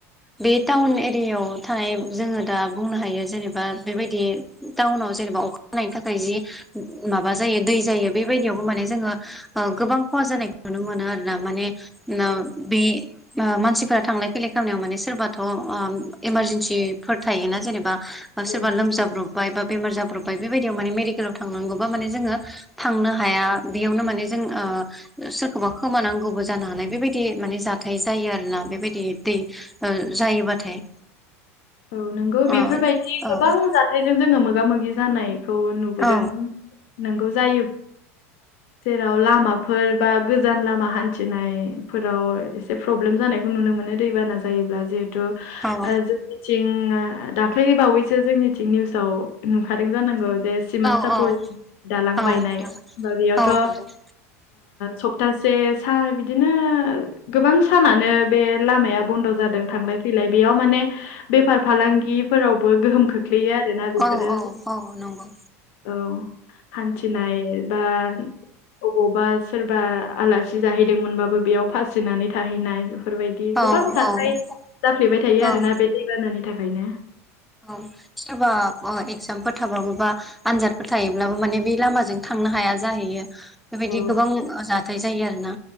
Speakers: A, in the centre; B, on the left (about 70°).
A: बे टाउन एरियायाव थानाय जोङो दा बुंनो हायो जेनेबा बेबायदि टाउनाव जेनेबा अखा हानायनि थाखाय जि माबा जायो दै जायो बेबायदियावबो माने जोङो ओ गोबां खहा जानायखौ नुनो मोनो आरो ना माने नो
B: औ
A: बे ओ मानसिफोरा थांलाय फैलाय खामनायाव माने सोरबाथ' ओम एमारजेन्सिफोर थायोना जेनेबा बा
B: औ
A: सोरबा लोमजाब्र बाय बा बेमार जाब्रबबाय बेबायदियाव माने मेडिकेलाव थांनांगौ बा माने जोङो थांनो हाया बेयावनो माने जों ओ सोरखौबा खोमानांगौबो जानो हानाय बेबायदि माने जाथाय जायो आरो ना बेबायदि दै ओ जायोबाथाय
B: औ नोंगौ बेफोरबायदि
A: अ औ
B: गोबां
A: औ
B: जाथायजों जोङो मोगा मोगि जानाय खौ नुबोदों
A: औ
B: नोंगौ जायो। जेराव लामाफोर बा गोजान लामा हान्थिनायफोराव एसे प्रब्लेम जानायखौ नुनो मोनो दैबाना जायोब्ला जिहेथु
A: औ
B: ओ जो थिं दाख्लै बावैसो जोंनिथिं निउसाव नुखादों जानांगौ। जे सिमान
A: औ
B: सापरि
A: औ
B: दालां
A: औ
B: बायनाय
A: मेदाम
B: बा बेयावथ'
A: औ
B: ओ
A: मेदाम
B: सप तासे सा बिदिनो गोबां सानानो बे लामाया बन्द' जादों थांलाय फैलाय बेयाव माने बेफार फालांगिफोरावबो गोहोम खोख्लैयो आरोना बेफोरो
A: औ औ औ नंगौ
B: औ हान्थिनाय बा अबावबा सोरबा आलासि जाहैदोंमोनबाबो बेयाव फासिनानै थाहैनाय बेफोरबाय दि
A: औ
B: गोबां
A: औ
B: जाथाय
A: औ
B: जाफ्लेबाय थायो आरोना
A: औ
B: बे दैबानानि थाखायनो
A: औ सोरबा ओ इगजामफोर थाबाबो बा आनजादफोर थायोब्लाबो माने बे लामाजों थांनो हाया जाहैयो बेबायदि
B: औ
A: गोबां जाथाय जायो आरो ना